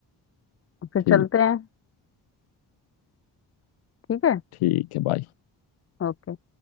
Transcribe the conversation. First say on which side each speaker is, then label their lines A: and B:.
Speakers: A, on the left; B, on the left.
A: फिर
B: ठीक
A: चलते हैं ठीक है
B: ठीक है बाय
A: ओके